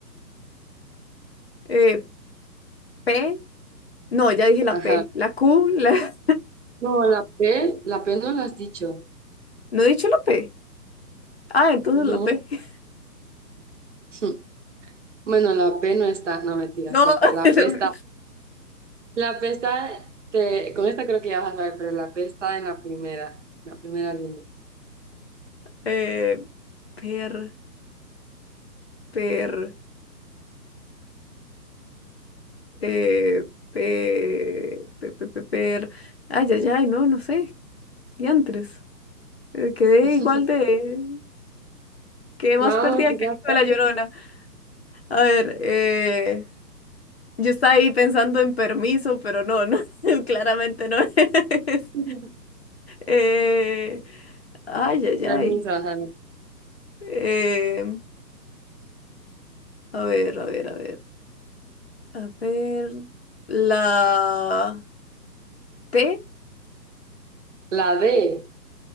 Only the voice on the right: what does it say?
Ajá.
No, la P, la P no la has dicho.
No.
<laughs> Bueno, la P no está, no mentira,
sí está.
La
P está, la P está, te- con esta creo que ya vas a saber, pero la P está en la primera, la primera línea.
<laughs>
Vamos,
quizás
pase.
<laughs>
Permiso,
ajá, no.
La D.